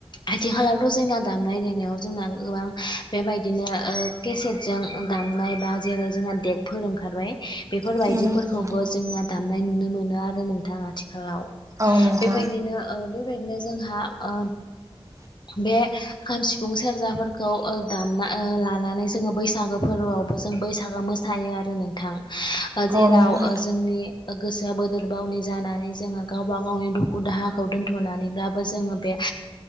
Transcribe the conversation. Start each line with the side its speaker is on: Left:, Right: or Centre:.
Left: आथिखालावथ' जोंना दामनाय देनायाव जोंना गोबां बेबायदिनो केसेटजों दाम दामनाय बा जेरै जोंना देगफोर ओंखारबाय बेफोरबायदिफोरखौबो
Right: नोंथां
Left: जोंना दामनाय नुनो मोना आरो आरो नोंथां आथिखालाव
Right: उम नोंथां
Left: बेबायदिनो ओ बेबायदिनो जोंहा ओ बे खाम सिफुं सेरजाफोरखौ दामना लानानै जोङो बैसागो फोरबोआव बो जों बैसागो मोसायो आरो नोंथां ओ जेराव
Right: औ नोंथां
Left: ओ जोंनि गोसोआ बोदोर बावलि जानानै जोङो गावबा गावनि दुखु दाहाखौ दोन्थ'नानैब्लाबो जोङो बे <unintelligible>